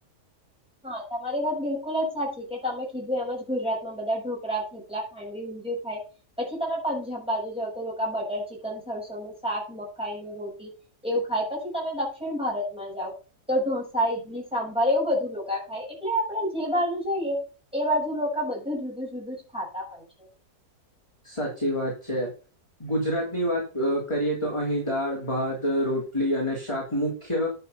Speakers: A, in the centre; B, on the left (about 20°).
A: હા તમારી વાત બિલકુલ જ સાચી કે તમે કીધું એમજ. ગુજરાત માં બધા ઢોકળા, થાપલા ખાંડવી, ઊંધિયું ખાય પછી તમે પંજાબ બાજુ જાવ તો લોકો બટર ચિકન, સરસો નું શાક, મકાઈ નું રોટી એવું ખાય પછી તમે દક્ષિણ ભારતમાં જાવ તો ઢોસા, ઈડલી, સાંભાર એવું બધું ખાય ય એટલે આપણે જે બાજુ જોઈએ એ બાજુ લોકો બધું જુદું-જુદું જ ખાતા હોય છે.
B: સાચી વાત છે, ગુજરાતની વાત કરીએ તો અહીં દાળ ભાત રોટલી અને શાક મુખ્ય